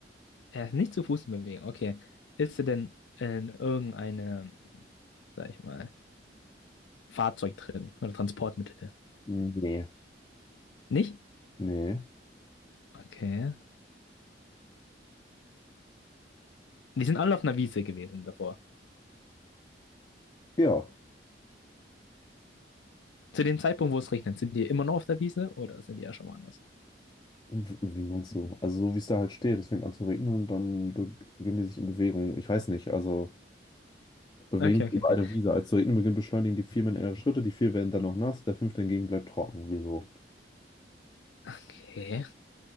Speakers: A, on the left (about 80°); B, on the left (about 25°).
A: Er ist nicht zu Fuß in Bewegung. Okay. Ist er denn in irgendeinem, sag ich mal, Fahrzeug drin oder Transportmittel?
B: Nee,
A: Nicht?
B: nee.
A: Okay. Die sind alle auf einer Wiese gewesen davor.
B: Ja,
A: Zu dem Zeitpunkt, wo es regnet, sind die immer noch auf der Wiese oder sind die ja schon woanders?
B: w- wie meinst du? Also so wie es da halt steht, es fängt an zu regnen und dann be- beginnen die sich in Bewegung. Ich weiß nicht, also bewegen
A: Okay,
B: sich
A: okay,
B: über
A: okay.
B: eine Wiese. Als zu regnen beginnt, beschleunigen die Viermen ihre Schritte, die vier werden dann noch nass, der fünfte hingegen bleibt trocken. Wieso?
A: Okay.